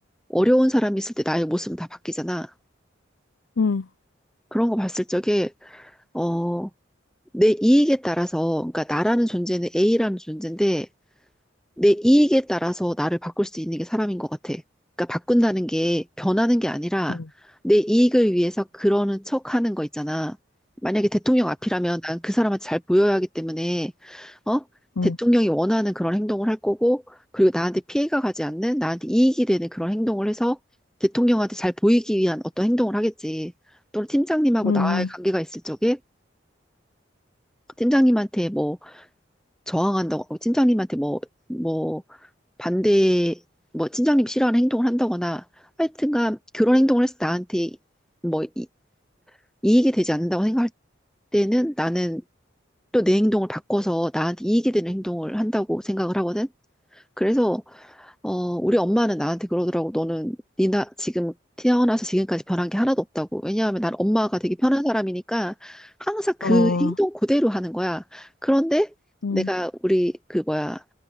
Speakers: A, in the centre; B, on the left.
A: 어려운 사람이 있을 때 나의 모습은 다 바뀌잖아.
B: 음, 음,
A: 그런 거 봤을 적에, 어, 내 이익에 따라서, 그러니까 나라는 존재는 A라는 존재인데, 내 이익에 따라서 나를 바꿀 수 있는 게 사람인 것 같아. 그러니까 바꾼다는 게 변하는 게 아니라,
B: 음, 음,
A: 내 이익을 위해서 그러는 척 하는 거 있잖아. 만약에 대통령 앞이라면 난 그 사람한테 잘 보여야 하기 때문에, 어?
B: 음,
A: 대통령이 원하는 그런 행동을 할 거고, 그리고 나한테 피해가 가지 않는, 나한테 이익이 되는 그런 행동을 해서 대통령한테 잘 보이기 위한 어떤 행동을 하겠지. 또는 팀장님하고
B: 음,
A: 나와의 관계가 있을 적에, 팀장님한테 뭐, 저항한다고 하고 팀장님한테 뭐, 뭐, 반대, 뭐, 팀장님이 싫어하는 행동을 한다거나 하여튼간 그런 행동을 해서 나한테 뭐 이, 이익이 되지 않는다고 생각할 때는 나는 또 내 행동을 바꿔서 나한테 이익이 되는 행동을 한다고 생각을 하거든. 그래서 어, 우리 엄마는 나한테 그러더라고. 너는 니나 지금 태어나서 지금까지 변한 게 하나도 없다고. 왜냐하면 난 엄마가 되게 편한 사람이니까 항상 그
B: 어,
A: 행동 그대로 하는 거야. 그런데
B: 음,
A: 내가 우리 그 뭐야